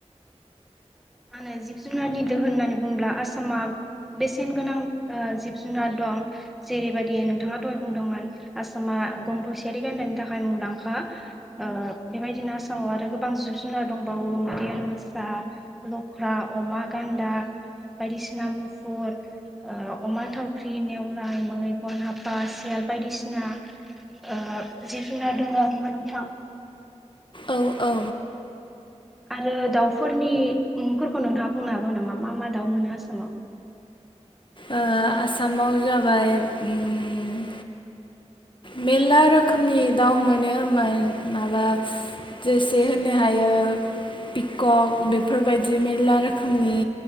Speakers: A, in the centre; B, on the left (about 45°).
A: आङो जिब जुनारनि दोहोन होननानै बुंङोब्ला आसामा बेसेन गोनां ओ जिब जुनार दं जेरैबायदि नोंथाङा दहाय बुंदोंमोन आसामा गं थसेयारि गान्दानि थाखाय मुंदांखा ओ बेबायदिनो आसामाव आरो गोबां जिब जुनार दं। दंबावो मैदेर मोसा लख्रा, अमा, गान्दा बायदिसिना मुफुर ओ अमा थावख्रि नेवलाय मै बन हाफा सियाल बायदिसिना ओ जिब जुनार दं आरो नोंथां।
B: औ औ
A: आरो दाउफोरनिफोरखौ नोंथाङा बुंनो हागोन नामा मा मा दाउ मोनो आसामाव? <inaudible>
B: ओ आसामाव जाबाय उम मेलला रोखोमनि दाउ मोनो मो-माबा जेसे होनो हायो पिकक बेफोरबायदि मेरला रोखोमनि